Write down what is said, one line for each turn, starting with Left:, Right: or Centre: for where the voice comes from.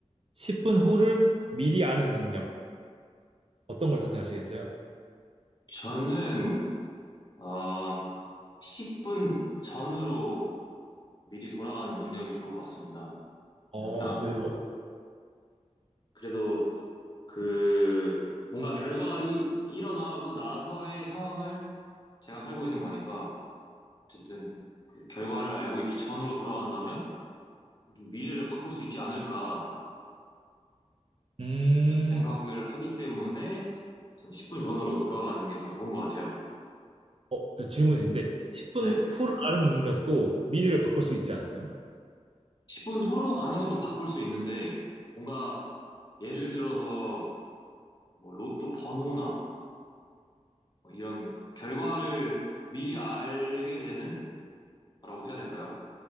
Right: 10분 후를 미리 아는 능력 어떤 걸 선택하시겠어요?
Left: 저는, 어, 10분 전으로 미리 돌아가는 능력이 좋을 것 같습니다.
Right: 어,
Left: 왜냐면,
Right: 왜요?
Left: 그래도 그, 뭔가 결과가 이- 일어나고 나서의 상황을 제가 살고 있는 거니까, 어쨌든 그 결과를 알고 있기 전으로 돌아간다면, 좀 미래를 바꿀 수 있지 않을까
Right: 음,
Left: 생각을 하기 때문에, 저는 10분 전으로 돌아가는 게 더 좋은 것 같아요.
Right: 어, 질문인데 10분
Left: 네.
Right: 후를 아는 능력도 미리를 바꿀 수 있지 않나요?
Left: 10분 후로 가는 것도 바꿀 수 있는데, 뭔가 예를 들어서 뭐 로또 번호나 뭐 이런 결과를 미리 알게 되는 거라고 해야 될까요?